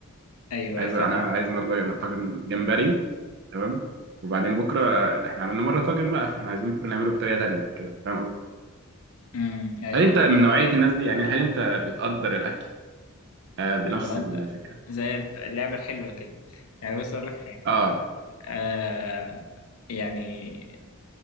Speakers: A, on the left; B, on the right.
A: ايوه
B: عايز
A: ايوه فاهمك
B: انا عايز النهارده جم- طاجن جمبري تمام وبعدين بكره آه، احنا عملنا مره طاجن بقى فاحنا عايزين بكره نعمله بطريقه تانية كده فاهم قصدي
A: امم ايوه
B: هل انت من نوعيه الناس دي يعني هل انت بتقدر الاكل آه، بنفس
A: بعد
B: الفكره
A: زي اللعبه الحلوه كده يعني بص اقول لك حاجه
B: اه
A: آه يعني